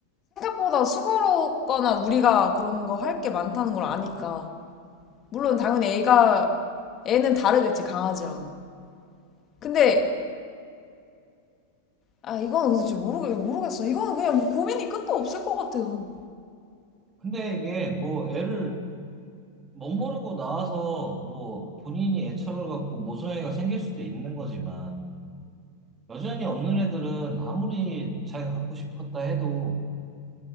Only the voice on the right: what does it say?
근데 이게 뭐 애를 멋모르고 나와서 뭐 본인이 애착을 갖고 모성애가 생길 수도 있는 거지만 여전히 없는 애들은 아무리 자기가 갖고 싶었다 해도